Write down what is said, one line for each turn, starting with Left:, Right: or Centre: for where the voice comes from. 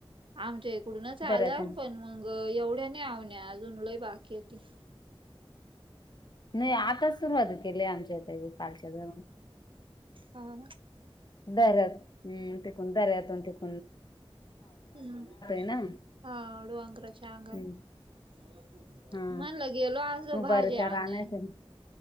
Right: आमच्या इकडूनच
Left: दऱ्यातून
Right: आलं पण मग एवढ्या नाही आवण्या अजून लई बाकी य त.
Left: नाही आताच सुरुवात केली आमच्या कालच्या दर
Right: हा.
Left: दरत हम्म तिकण दरयतोण तिक
Right: हम्म
Left: ना
Right: हा डोंगराच्या आकार
Left: हम्म
Right: म्हणलं
Left: हा
Right: गेलो असतो
Left: उभारीचा
Right: भाजी
Left: राहण्यात
Right: आणाय.